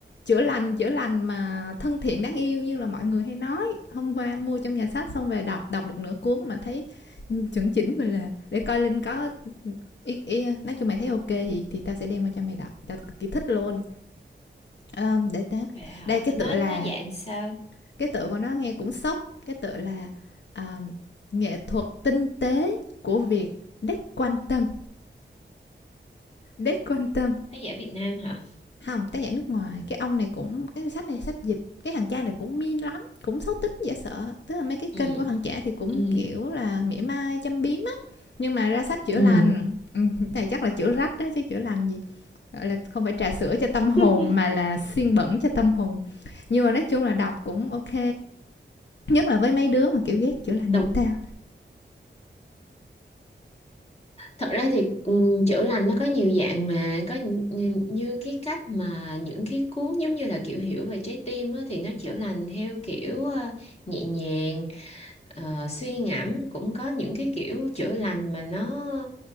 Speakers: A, on the left; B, on the left.
A: chữa lành chữa lành mà thân thiện đáng yêu như là mọi người hay nói. Hôm qua mua trong nhà sách xong về đọc, đọc được nửa cuốn mà thấy ừ, chuẩn chỉnh mình là để coi Linh có ý, ý, nói chung mày thấy ok thì thì tao sẽ đem qua cho mày đọc. Tao cực kỳ thích luôn. Ờ, để tao
B: Vậy hả?
A: đây cái tựa
B: Nó
A: là
B: nó dạng sao?
A: cái tựa của nó nghe cũng sốc cái tựa là à, nghệ thuật tinh tế của việc đếch quan tâm đếch quan tâm
B: Nó dạng Việt Nam hả?
A: không tác giả nước ngoài cái ông này cũng cái sách này sách dịch cái thằng cha này cũng min lắm cũng xấu tính dễ sợ tức là mấy cái kênh
B: Ừ.
A: của thằng trẻ thì cũng
B: ừ
A: kiểu là mỉa mai châm biếm á nhưng mà ra sách chữa
B: ừ
A: lành <laughs> ừ, này chắc là chữa rách đó chứ chữa lành gì gọi là không phải trà sữa cho tâm hồn
B: <laughs>
A: mà là xiên bẩn cho tâm hồn nhưng mà nói chung là đọc cũng ok nhất là với mấy đứa mà kiểu ghét chữa lành
B: Đọc,
A: như tao
B: thật ra thì ừ, chữa lành nó có nhiều dạng mà có nh- như, như cái cách mà những cái cuốn giống như là kiểu hiểu về trái tim á, thì nó chữa lành theo kiểu ờ, nhẹ nhàng ờ, suy ngẫm cũng có những cái kiểu chữa lành mà nó